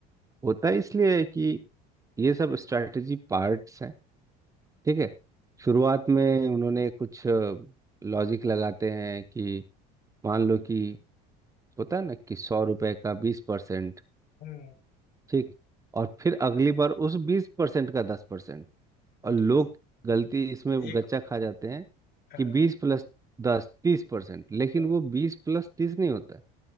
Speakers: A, on the right; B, on the left.
A: होता है इसलिए है कि ये सब स्ट्रैटेजी पार्ट्स हैं ठीक है शुरुआत में उन्होंने कुछ लॉजिक लगाते हैं कि मान लो कि होता है ना कि सौ रुपए का बीस परसेंट
B: हम्म, हम्म।
A: ठीक और फिर अगली बार उस बीस परसेंट का दस परसेंट
B: और
A: और लोग गलती इसमें
B: एक
A: गच्चा खा जाते हैं
B: हाँ,
A: कि बीस प्लस दस तीस परसेंट लेकिन
B: हाँ।
A: वो बीस प्लस तीस नहीं होता